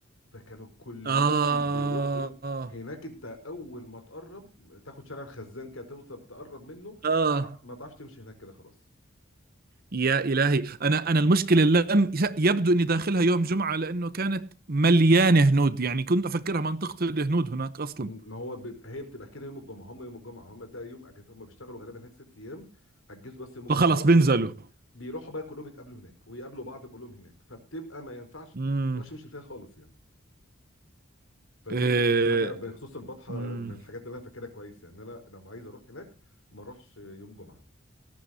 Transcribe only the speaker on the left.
فكانوا كلهم
بيروحوا يب...
هناك انت اول ما تقرب تاخد شارع الخزان كده توصل تقرب منه
ما تعرفش تمشي هناك كده خلاص
ما هو بيب... هي بتبقى كده يوم الجمعه هم يوم الجمعه هم ده يوم اجازه هم بيشتغلوا غالبا هناك ست ايام اجازوا بس يوم الجمعه
بيروحوا
بقى بيروحوا بقى كلهم يتقابلوا هناك ويقابلوا بعض كلهم هناك فبتبقى ما ينفعش ما
تقدرش تمشي فيها خالص يعني فدي
كانت حاجه بخصوص البطحه
من الحاجات اللي انا فاكرها كويس يعني انا لما عايز اروح هناك ما اروحش يوم جمعه